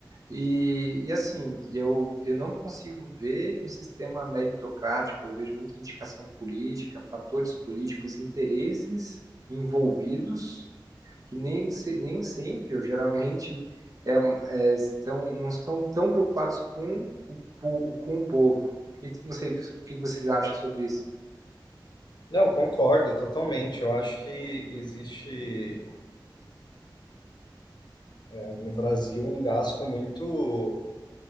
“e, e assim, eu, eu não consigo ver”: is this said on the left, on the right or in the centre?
Right